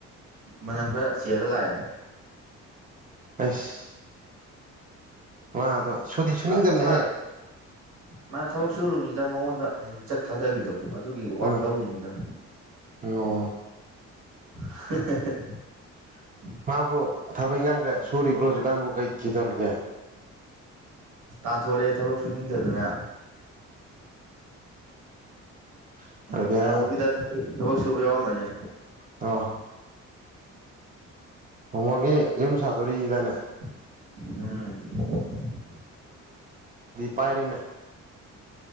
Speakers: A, on the right (about 90°); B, on the right (about 30°).
A: ꯃꯅꯝ ꯈꯔ ꯆꯦꯜꯂ ꯂꯥꯛꯑꯦ
B: ꯑꯥꯁ ꯃꯥꯗꯣ ꯁꯨꯗꯤꯁꯨꯨꯅꯤꯡꯗ꯭ꯔꯅꯦꯍꯦ
A: ꯃꯥ ꯃꯥ ꯃꯥ ꯊꯕꯛ ꯁꯨꯔꯨꯕꯅꯤꯗ ꯃꯉꯣꯟꯗ ꯍꯥꯏꯗꯤ ꯖ ꯊꯥꯗꯕꯤꯗꯣ ꯑꯗꯨꯒꯤ ꯋꯥꯛ
B: ꯎꯝ
A: ꯇꯧꯔꯨꯅꯤꯗ
B: ꯑꯣ
A: <unintelligible>
B: ꯃꯥꯕꯨ ꯊꯥꯕꯩ ꯉꯥꯡꯒ ꯁꯔꯤꯕ꯭ꯔꯣꯖꯒꯕꯨ ꯀꯩꯈꯤꯗꯣꯔꯔꯒꯦ
A: ꯇꯥꯟꯊꯦ ꯊꯕꯛꯁꯨꯨ ꯅꯤꯡꯡꯊꯗꯅ
B: <inaudible> ꯑꯗ
A: ꯃꯣꯃꯣꯒꯤꯗꯣꯏ
B: ꯕꯦꯔꯥꯅꯤ
A: ꯊꯕꯛ ꯁꯨꯕ ꯌꯥꯎꯔꯃꯅꯦ
B: ꯑ ꯃꯃꯣꯡꯉꯦ ꯌ ꯁꯥꯠꯇꯣꯔꯤꯗꯅꯦ
A: ꯑꯝ
B: ꯄꯔꯅꯦ